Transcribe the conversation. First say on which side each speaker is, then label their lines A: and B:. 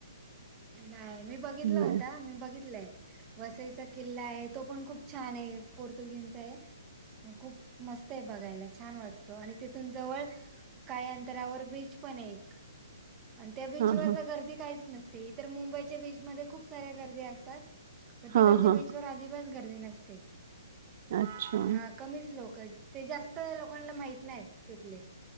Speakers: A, on the right; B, on the right.
A: नाही मी बघितला
B: नाही.
A: होता मी बघितलंय वसईचा किल्ला आहे तो पण खूप छान आहे पोर्तुगीजचा आहे हो खूप मस्त आहे बघायला छान वाट आणि तेिथून जवळ काही अंतरावर बीच पण आहे एक आणि त्या बीचवर
B: हां, हां.
A: तर गर्दी काहीच नसते तर मुंबईच्या बीच मध्ये खूप साऱ्या गर्दी असतात पण तिकडच्या
B: हां, हां.
A: बीच वर अजिबात गर्दी नसते
B: अच्छा.
A: हा कमीच लोक आहेत ते जास्त लोकांना माहत नाहीत तिथले